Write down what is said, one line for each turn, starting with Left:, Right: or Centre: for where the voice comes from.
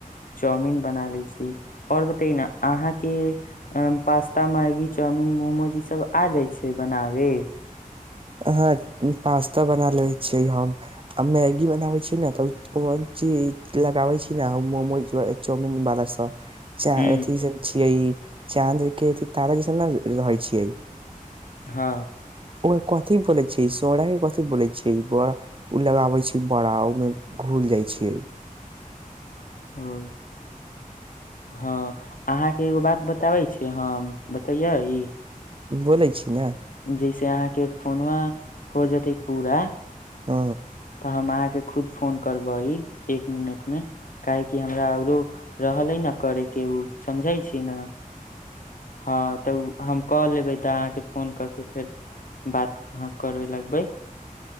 Left: चाउमिन बना ले छी ओर बतय न अहाँ के पास्ता मैगी चाउमिन मोमोज ई सब आ जाइ छै बनावे।
Right: ह पास्ता बना ले छियै हम आ मैगी बनाबे छीियै ने तऽ कोन चीज लगाबे छी ने मोमोज चाउमिन वाला सब। च
Left: हू
Right: अथी सब छिय ई। चाँद केथ तारा जसन ने रहै छियै।
Left: हँ।
Right: ओर कथि बोले छीयै सोडा के कथी बोले छैै बड ऊ लगाबे छीयै बड़ा ओहिमे घूल जाइ छैै
Left: ह हँ अहाँके एगो बात बताबै छीयै हम बतैये ई।
Right: बोलै छी न।
Left: जैसे अहाँके फोन मे हो जेते पूरा।
Right: ओ
Left: तऽ हम अहाँके खुद फोन करबै एक मिनटमे काहेकि हमरा आओरो रहलै न करैके ओ समझै छी ने। हँ तऽ हम कऽ लेबै तऽ अहाँके। फोन कऽ के फेर बात अह करबे लगबै।